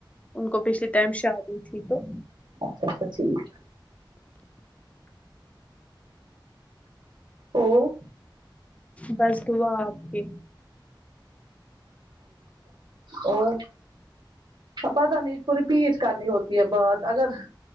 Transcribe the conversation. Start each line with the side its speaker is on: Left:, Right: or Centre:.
Left: ان کو پچھلی ٹائم شادی تھی تو
Right: اچھا اچھا ٹھیک ہے اور
Left: بس دعا آپ کی
Right: اور پتہ نہیں اس کو رپیٹ کرنی ہوتی ہے بات اگر